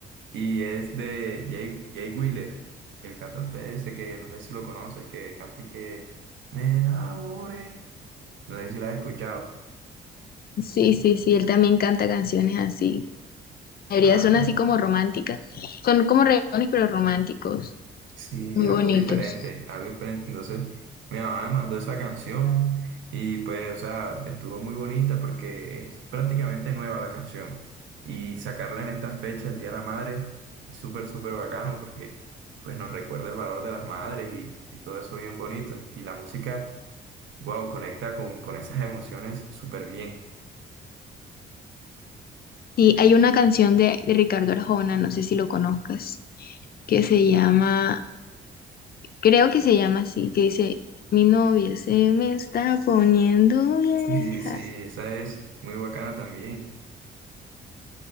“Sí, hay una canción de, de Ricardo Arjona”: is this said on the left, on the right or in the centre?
Left